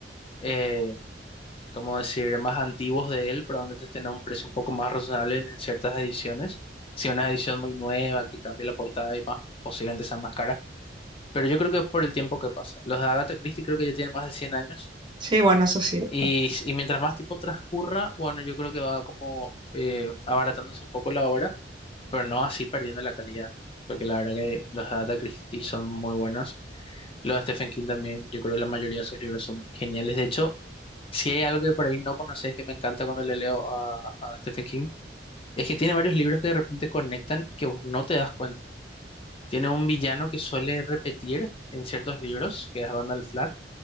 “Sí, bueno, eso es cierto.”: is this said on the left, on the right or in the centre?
Right